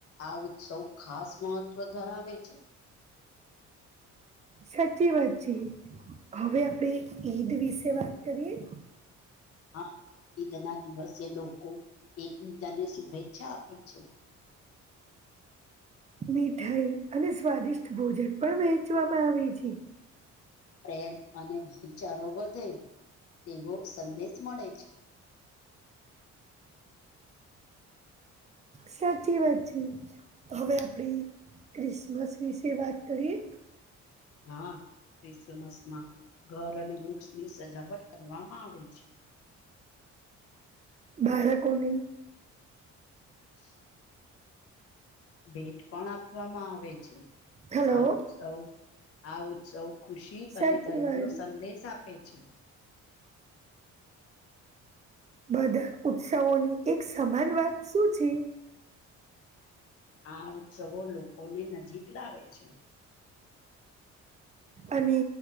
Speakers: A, on the left; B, on the right.
A: આ ઉત્સવ ખાસ મહત્વ ધરાવે છે.
B: સાચી વાત છેી હવે આપણે ઈદ વિશે વાત કરીયએ.
A: <inaudible> હા ઈદ ના દિવસે લોકો એકબીજાને શુભેચ્છા આપે છે.
B: મીઠાઈ અને સ્વાદિષ્ટ ભોજન પણ વહેચવામાં આવે છે.
A: પ્રેમ અને ભાઈચારો વધે. તેવો સંદેશ મળે છે. <inaudible>
B: સાચી વાચી હવે આપડી ક્રિસમસ વિશે વાત કરીએ.
A: હા ક્રિસમસ માં ઘર અને. ક્ષની સજાવટ કરવામાં આવે છે.
B: બાર કોને.
A: <inaudible> ભેટ પણ આપવામાં આવે છે
B: હલો
A: આ ઉત્સવ આ ઉત્સવ. ખુશી
B: સાચી
A: અને દયા
B: વાત
A: નો સંદેશ આપે છે.
B: બધા ઉત્સવોની એક સમાન વાત શું છે.
A: આ ઉત્સવો લોકોને નજીક લાવે છે.
B: અને